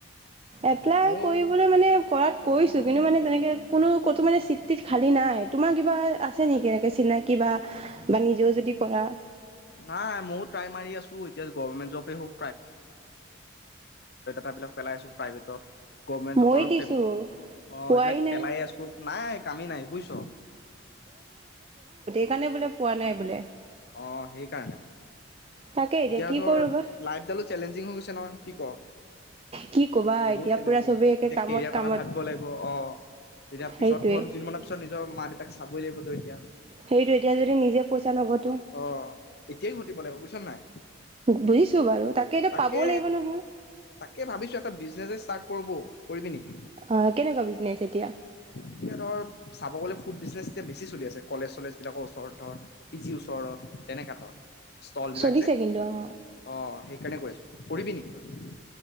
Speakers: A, on the right (about 30°); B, on the left (about 50°).
A: এপ্লাই
B: ময়ো
A: কৰিবলৈ মানে কৰাত কৰিছো কিন্তু মানে তেনেকে কোনো কতো মানে চিট তিত খালী নাই তোমাৰ কিবা আছে নেকি এনেকে চিনাকি বা বা নিজেও যদি কৰা
B: নাই ময়ো ট্ৰাই মাৰি আছো এতিয়া গভৰ্ণমেণ্ট জবেই হওক কাবিলাক পেলাই আছো প্ৰাইভেটত গভমেণ্ট
A: মই
B: জবৰ
A: দিছো
B: ফে অ
A: পোৱাই
B: এইবিলাক
A: নাই
B: পেলাই আছোঁ নাই কামি নাই বুজিছ
A: সেইকাৰণে বোলে পোৱা নাই বোলে
B: অ সেইকাৰণে
A: তাকে
B: এতিয়া
A: কি
B: ধৰ
A: কৰো বা
B: লাইফডালো চেলেঞ্জিং হৈ গৈছে নহয় কি ক
A: কি কবা
B: বহুত
A: এতিয়া
B: চেলেঞ্জিং
A: পুৰা চবেই একে
B: এতিয়া
A: কামত
B: কেৰিয়াৰ
A: কামত
B: কথা ভাবিব লাগিব অ তেতিয়া
A: সেইটোৱে
B: পিছত ধৰ দুদিন মানৰ পিছত নিজৰ মা দেউতাক চাব <inaudible> লাগিবতো এতিয়া
A: সেইটো এতিয়া যদি নিজে পইচা নঘটো
B: অঁ এতিয়াই ঘটিব লাগিব বুজিছ নাই,
A: বুজিছো বাৰু এতিয়া
B: তাকে
A: পাবও লাগিব নহয়
B: তাকে ভাবিছো এটা বিজ বিজনেযে ষ্টাৰ্ট কৰো ব কৰিবি নেকি
A: অঁ কেনেকুৱা বিজনেছ এতিয়া?
B: এতিয়া ধৰ চাব গ'লে ফুড বিজনেছ এতিয়া বেছি চলি আছে কলেজ চলেজবিলাকৰ ওচৰত ধৰ পি জিৰ ওচৰত তেনেকুৱা ধৰ। ষ্টল বিলাক
A: চলিছে
B: যে,
A: কিন্তু অ
B: অঁ সেইকাৰণে কৈ আছো, কৰিবি নেকি তই?